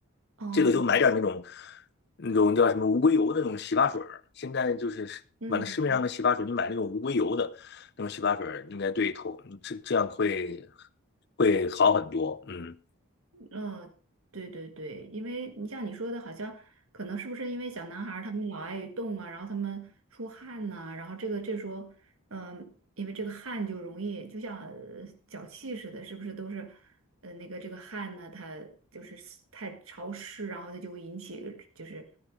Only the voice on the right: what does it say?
哦，
嗯，
嗯，对对对，因为你像你说的，好像可能是不是因为小男孩儿他们老爱动啊，然后他们出汗呐、然后这个这时候，嗯，因为这个汗就容易就像呃脚气似的，是不是都是呃那个这个汗呢，它就是太潮湿，然后它就会引起就是